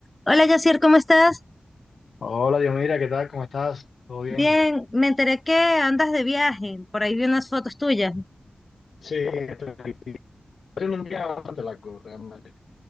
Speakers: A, on the left; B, on the left.
A: Hola, Yacir, ¿cómo estás?
B: Hola, Dios, mira, ¿qué tal? ¿Cómo estás? ¿Todo bien?
A: Bien, me enteré que andas de viaje, por ahí vi unas fotos tuyas.
B: Sí, estoy aquí. Ha sido un día bastante largo realmente.